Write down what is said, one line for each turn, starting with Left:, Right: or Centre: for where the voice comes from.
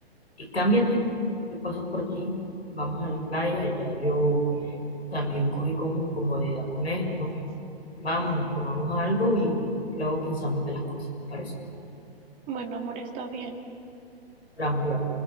Left: eh, cámbiate. Yo paso por ti. Vamos a la playa. Ya yo también cogí como incomodidad con esto. Vamos, nos tomamos algo y luego pensamos de las cosas. ¿Te parece?
Right: Bueno, amor, está bien.
Left: Hablamos luego.